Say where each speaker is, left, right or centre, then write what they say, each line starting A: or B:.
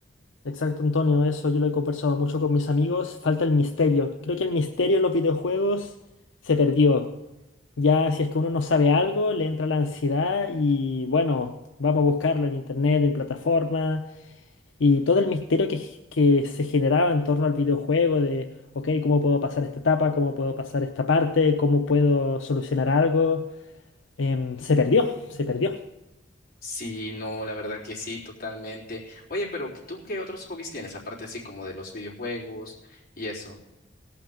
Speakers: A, on the left (about 80°); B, on the left (about 50°).
A: Exacto, Antonio, eso yo lo he conversado mucho con mis amigos. Falta el misterio. Creo que el misterio en los videojuegos se perdió. Ya si es que uno no sabe algo, le entra la ansiedad y bueno, vamos a buscarlo en internet, en plataforma y todo el misterio que, g- que se generaba en torno al videojuego de, ok, ¿cómo puedo pasar esta etapa? ¿Cómo puedo pasar esta parte? ¿Cómo puedo solucionar algo? Em, se perdió, se perdió.
B: Sí, no, la verdad que sí, totalmente. Oye, pero ¿tú qué otros hobbies tienes, aparte así como de los videojuegos y eso?